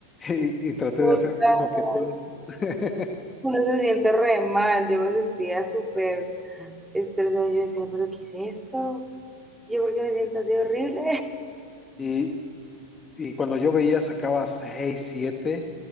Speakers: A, on the left (about 20°); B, in the centre.
A: Y, y traté
B: Total.
A: de hacer lo mismo que tú. <laughs>
B: uno se siente re mal. Yo me sentía súper estresada. Yo decía, ¿pero qué es esto? ¿Yo por qué me siento así horrible?
A: Y, y cuando yo veía sacaba 6 7